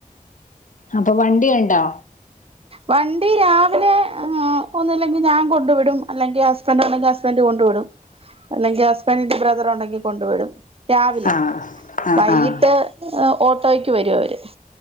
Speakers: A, on the left; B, on the right.
A: അപ്പൊ വണ്ടിയുണ്ടോ?
B: വണ്ടി രാവിലെ ഒന്നല്ലെങ്കിൽ ഞാൻ കൊണ്ടു വിടും അല്ലെങ്കിൽ ഹസ്ബൻഡ് ഉണ്ടെങ്കിൽ ഹസ്ബൻഡ് കൊണ്ടു വിടും. അല്ലെങ്കിൽ ഹസ്ബൻഡന്റെ ബ്രദറ് ഉണ്ടെങ്കിൽ കൊണ്ടു വിടും. രാവിലെ,
A: ആഹ് ആഹ്
B: വൈകിട്ട്
A: ആഹ്
B: ഓട്ടോയ്ക്ക് വരുവായിരുന്നു